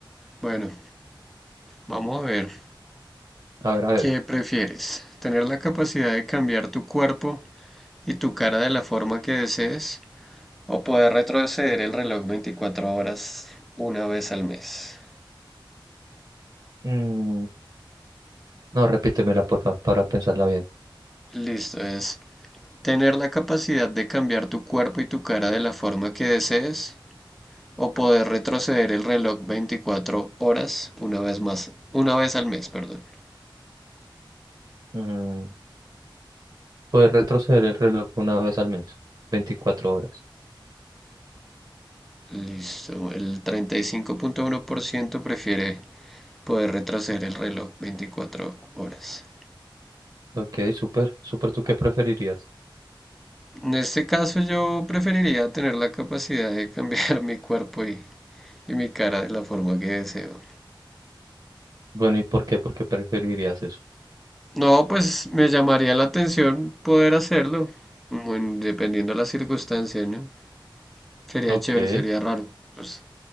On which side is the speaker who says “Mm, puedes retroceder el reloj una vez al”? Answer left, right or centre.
Right